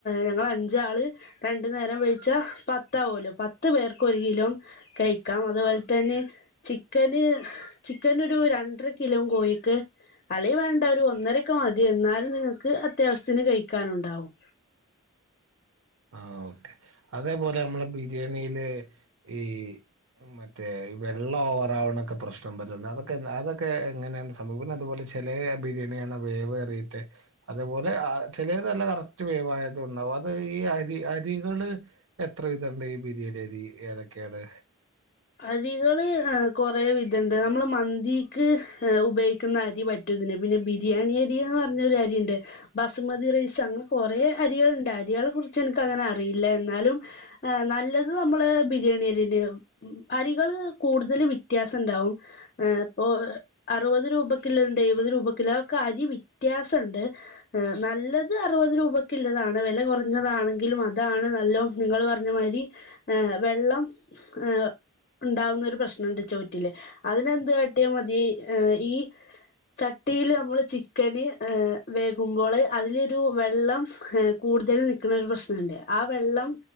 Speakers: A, on the left (about 40°); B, on the right (about 60°).
A: ഞങ്ങളഞ്ചാൾ രണ്ടു നേരം വേയ്ച്ചാൽ പത്താവുല്ലോ പത്ത് പേർക്കൊര് കിലോ കഴിക്കാം അതുപോലെതന്നെ ചിക്കന് ചിക്കനൊരു രണ്ടര കിലോ കോഴിക്ക് അല്ലെങ്കി വേണ്ട ഒരു ഒന്നരയൊക്കെമതി എന്നാലും നിങ്ങക്ക് അത്യാവശ്യത്തിന് കഴിക്കാനുണ്ടാവും
B: ആ ഓക്കെ അതേപോലെ നമ്മളിപ്പം ബിരിയാണിയില് ഈ മറ്റേ വെള്ളം ഓവറാവ്ണൊക്കെ പ്രശ്നം പറ്റ്ണ്ട് അതൊക്കെ അതൊക്കെ എങ്ങനാണ് സഭവം പിന്നതുപോലെ ചെലെ ബിരിയാണ്യാണ വേവേറീട്ട് അതേപോലെ അ ചെലേതല്ല കറക്റ്റ് വേവായതു ണ്ടാവും അത് ഈ അരി അരികള് എത്ര വിധണ്ട് ഈ ബിരിയാണ്യരി ഏതൊക്കെണ്
A: അരികള് കൊറേ വിധണ്ട് നമ്മള് മന്തീക്ക് ഉപയോഗിക്കുന്ന അരി പറ്റും തിന് പിന്നെ ബിരിയാണ്യര്യോ ർഞൊരരിണ്ട് ബസ്മതി റൈസ് അങ്ങനെ കൊറേ അരികൾ ണ്ട്. അരി കളെ കുർച്ച് ഇന്ക്കങ്ങനെ അറിയില്ല എന്നാലും നല്ലത് നമ്മള് ബിരിയാണ്യര്യേന്നാവും അരികള് കൂടുതൽ വ്യത്യാസം ണ്ടാവും പ്പോ അറുപത് രൂപ ക്ക്‌ള്ളഹ് ണ്ട് എഴുപത് രൂപക്ക്‌ള്ളഹ്ണ്ട് അഒക്കെ അരി വ്യത്യാസം ണ്ട് നല്ലത് അറുപതു രൂപക്ക്ള്ളതാണ്. ല കൊറഞ്ഞതാണെങ്കിലും അതാണ് നല്ലോം ങ്ങൾ പർഞ്ഞ മാതിരി വെള്ളം എ ഇണ്ടാവുന്ന ഒരു പ്രശ്നണ്ട് ചോറ്റില് അതിനെന്ത് കാട്ടിയാമതി ഏ ഈ ചട്ടിയില് നമ്മള് ചിക്കന് വേകുമ്പോള് അതിലൊരു വെള്ളം കൂട് തൽ നിക്ക്‌ണൊരു പ്രശ്നണ്ട് ആ വെള്ളം